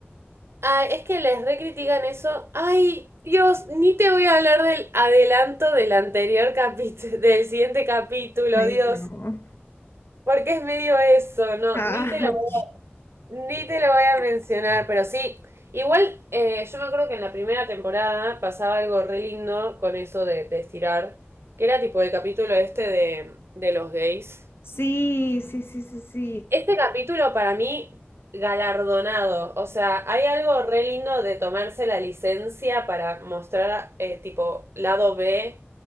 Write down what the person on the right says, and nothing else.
Ay, es que les recritican eso. Ay, Dios, ni te voy a hablar del adelanto del anterior capítulo, <laughs> del siguiente capítulo,
Dios.
Porque es medio eso, no,
ni te lo,
ni te lo voy a mencionar, pero sí. Igual, eh, yo me acuerdo que en la primera temporada pasaba algo re lindo con eso de, de estirar, que era tipo el capítulo este de, de los gays.
Este capítulo para mí galardonado, o sea, hay algo re lindo de tomarse la licencia para mostrar eh, tipo lado B